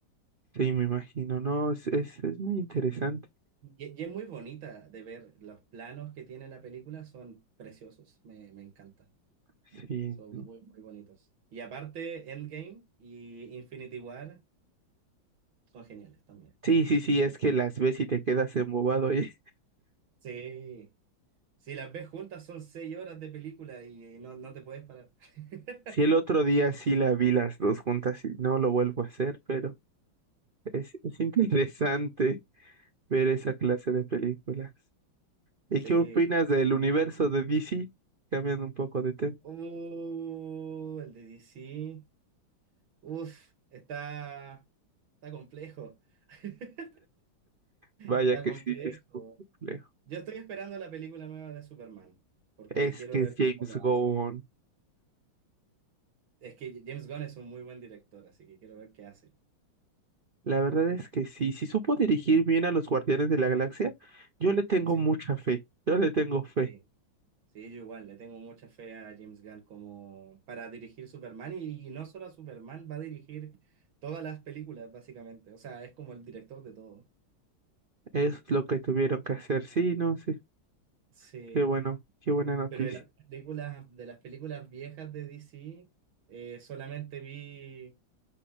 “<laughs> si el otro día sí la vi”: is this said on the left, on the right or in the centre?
Right